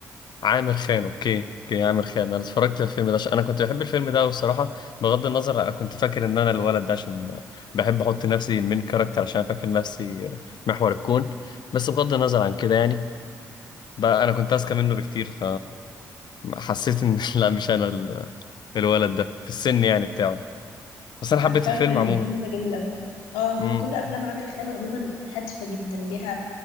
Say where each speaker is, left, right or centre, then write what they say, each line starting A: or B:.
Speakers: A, on the left; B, on the left.
A: عامر خان اوكي اوكي عامر خان انا اتفرجت على الفيلم ده عشان انا كنت بحب الفيلم ده والصراحة بغض النظر انا كنت فاكر ان انا الولد ده عشان بحب احط نفسي المين كاركتر عشان فاكر نفسي محور الكون بس بغض النظر عن كده يعني بقى انا كنت اذكى منه بكتير فحسيت ان <laughs> لا مش انا ال- الولد ده في السن يعني بتاعه بس انا
B: عارفه
A: حبيت الفيلم
B: الفيلم
A: عموما
B: الفيلم ده جميل قوي اه هو
A: امم
B: كل افلام عامر خان عموما هادفه جدا ليها